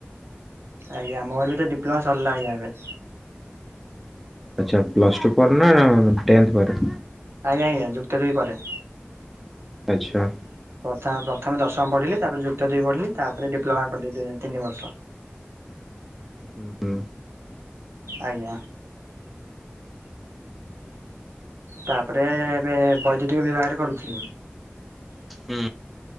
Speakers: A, on the right; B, in the centre.
A: ଆଜ୍ଞା। ମୋର ବି ତ ଡିପ୍ଲୋମା ସରିଲା ଆଜ୍ଞା ଏବେ।
B: ଆଚ୍ଛା। ପ୍ଲସ ଟୁ ପରେ ନା ଟେନ୍ଥ ପରେ?
A: ଆଜ୍ଞା ଆଜ୍ଞା ଯୁକ୍ତଦୁଇ ପରେ।
B: ଆଚ୍ଛା।
A: ପ୍ରଥା ପ୍ରଥମେ ଦଶମ ପଢିଲି। ତାପରେ ଯୁକ୍ତ ଦୁଇ ପଢିଲି ତାପରେ ଡିପ୍ଲୋମା କଲି ଦି ତିନି ବର୍ଷ।
B: ହୁଁ।
A: ଆଜ୍ଞା। ତାପରେ ଏବେ ବୈଦ୍ୟୁତିକ ବିଭାଗରେ କରୁଥିଲି।
B: ହୁଁ।